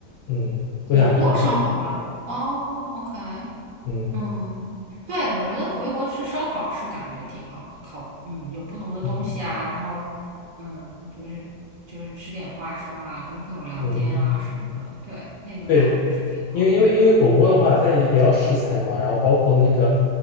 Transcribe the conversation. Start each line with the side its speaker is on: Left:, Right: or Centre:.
Left: 嗯，都想吃一遍，
Right: 火锅烧烤吗？哦，OK，
Left: 嗯
Right: 嗯，对，我觉得回国吃烧烤是感觉挺好的，烤，嗯，有不同的东西啊，
Left: 嗯
Right: 然后，嗯，就是就是吃点花生啊，跟朋友聊天啊什么的，
Left: 嗯。嗯
Right: 对，那个感觉是挺好的。
Left: 对，因为因为因为火锅的话，它也也要食材嘛，然后包括那个，